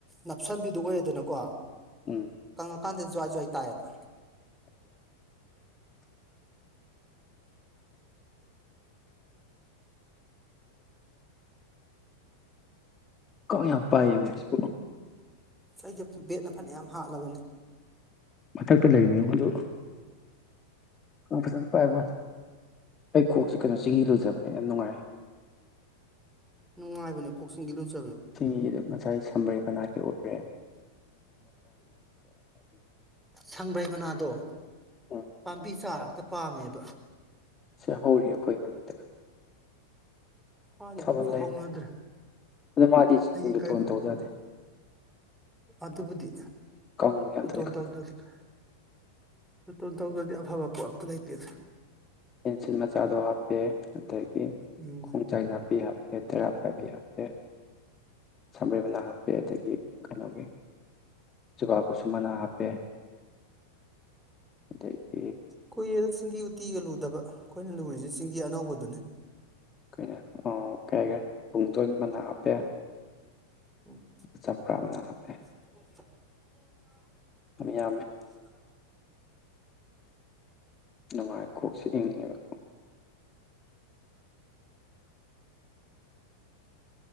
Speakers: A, in the centre; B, on the left.
A: ꯅꯞꯁꯟꯕꯤꯗꯣ ꯑꯣꯏꯦꯗꯅꯀꯣ
B: ꯎꯝ
A: ꯀꯥꯞ ꯀꯥꯟꯗꯦ ꯖꯋꯥꯢ ꯖꯋ ꯇꯥꯏꯕ
B: ꯀꯥꯡ ꯌꯥꯝ ꯄꯥꯏꯌꯦꯃꯦ ꯁꯤꯕꯣ
A: ꯁꯩꯁꯦ ꯕꯦꯠꯅ ꯐꯅꯌꯥꯝ ꯍꯥꯠꯂꯕꯅꯤ
B: ꯃꯊꯛꯇ ꯂꯩꯅꯤ ꯑꯗꯨ ꯀꯥꯡ ꯐꯖꯟ ꯄꯥꯏꯕ ꯋꯥꯅꯤ ꯑꯩ ꯀꯣꯛꯁꯤ ꯀꯩꯅꯣ ꯆꯤꯡꯍꯤ ꯂꯨꯖꯕꯅꯦ ꯌꯥꯝ ꯅꯨꯡꯉꯥꯏ
A: ꯅꯨꯡꯉꯥꯏꯕꯅꯦ ꯀꯣꯛꯆꯤꯡꯒꯤ ꯂꯨꯖ
B: ꯁꯤ ꯉꯁꯥꯏ ꯁꯝꯕ꯭ꯔꯩ ꯃꯅꯥ ꯍꯦꯛ <unintelligible> ꯕꯦ
A: ꯁꯪꯕ꯭ꯔꯩ ꯃꯅꯥꯗꯣ
B: ꯎꯝ
A: ꯄꯥꯝꯕꯤ ꯆꯥꯔ ꯑꯝꯇ ꯄꯥꯝꯃꯦꯕ
B: ꯁꯤ ꯍꯧꯔꯤ ꯑꯩꯈꯣꯏ ꯃꯅꯤꯡꯗ
A: ꯃꯥꯗꯨꯗꯤ
B: ꯊꯥꯕꯜꯂꯩ
A: ꯑꯝꯇ ꯍꯧꯅꯗ꯭ꯔꯦ
B: ꯑꯗꯣ ꯃꯥꯗꯤ
A: ꯍꯌꯦꯡ
B: ꯖꯣꯇꯣꯟ
A: ꯀꯩꯒꯨꯝ
B: ꯇꯩꯗ ꯌꯥꯗꯦ
A: ꯑꯗꯨꯕꯨꯗꯤ
B: ꯀꯥꯡ ꯌꯥꯝ ꯊꯨꯅ
A: ꯏꯇꯣꯟ ꯇꯧꯗ꯭ꯔ ꯗ ꯅꯇꯣꯟ ꯇꯧꯗ꯭ꯔꯗꯤ ꯑꯐꯕ ꯑꯄꯣ ꯑꯝꯇ ꯂꯩꯇꯦꯗꯥ
B: ꯄꯦꯟꯁꯤꯟ ꯃꯆꯥꯗꯣ ꯍꯥꯞꯄꯦ ꯑꯗꯒꯤ
A: ꯎꯝ
B: ꯈꯣꯡꯆꯥꯏ ꯅꯥꯞ ꯕꯤ ꯍꯥꯞꯄꯦ ꯇꯦꯔꯥ ꯄꯥꯏꯕꯤ ꯍꯥꯞꯄꯦ ꯁꯝꯕ꯭ꯔꯩ ꯃꯅꯥ ꯍꯥꯞꯄꯦ ꯑꯗꯒꯤ ꯀꯩꯅꯣꯒꯤ ꯆꯨꯕꯥꯀꯣꯁꯨꯝ ꯃꯅꯥ ꯍꯞꯄꯦ ꯑꯗꯩꯩ
A: ꯀꯨꯏꯔꯦꯗꯥ ꯆꯤꯡꯍꯤ-ꯎꯇꯤꯒ ꯂꯨꯗꯕ ꯑꯈꯣꯏꯅ ꯂꯨꯔꯤꯖꯦ ꯆꯤꯡꯍꯤ ꯑꯅꯧꯕꯗꯨꯅꯦ
B: ꯀꯩꯅꯣ ꯑꯣ ꯀꯩ ꯍꯥꯏꯒꯦ ꯄꯨꯡ <unintelligible> ꯃꯅꯥ ꯍꯥꯞꯄꯦ
A: ꯎꯝ
B: ꯆꯝꯄ꯭ꯔꯥ ꯃꯅꯥ ꯍꯥꯞꯄꯦ
A: <unintelligible> <inaudible>
B: ꯌꯥꯝ
A: <inaudible>
B: ꯌꯥꯝꯃꯦ ꯅꯨꯡꯉꯥꯏ ꯀꯣꯛꯁꯦ ꯏꯪꯉꯦꯕ